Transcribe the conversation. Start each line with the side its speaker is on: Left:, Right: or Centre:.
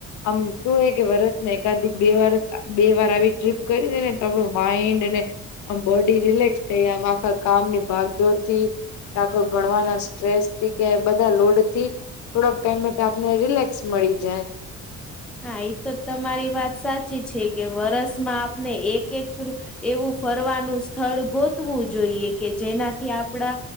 Left: આમ શુંહ કે વરસ મા એકાધ બે વરસ બે વાર આવી ટ્રીપ કરી દે ને તો આપણું માઈન્ડ અને, આમ બોડી રિલેક્સ થઈ આમ આખા કામની ભાગદોડથી. કા કો ભણવાના સ્ટ્રેસથી કે બધા લોડથી થોડાક ટાઈમ માટે આપને રિલેક્ ક્સ મળી જાય.
Centre: હા ઈ તો તમારી વાત સાચી છે કે વરસમાં આપને એક એક એવું ફરવાનું સ્થળ ગો તવું જોઈએ કે જેનાથી આપણા